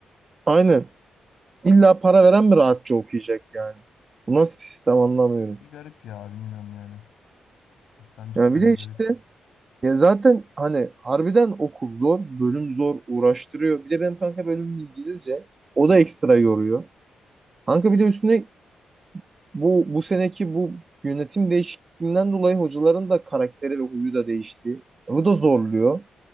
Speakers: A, on the right; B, on the left.
A: Aynen. İlla para veren mi rahatça okuyacak yani? Bu nasıl bir sistem anlamıyorum.
B: Bir garip ya bilmiyorum yani. İslam cidden
A: Yani bir de
B: bir garip.
A: işte ya zaten hani harbiden okul zor, bölüm zor, uğraştırıyor. Bir de benim kanka bölümüm İngilizce. O da ekstra yoruyor. Kanka bir de üstüne bu bu seneki bu yönetim değişikliğinden dolayı hocaların da karakteri ve huyu da değişti. E, bu da zorluyor.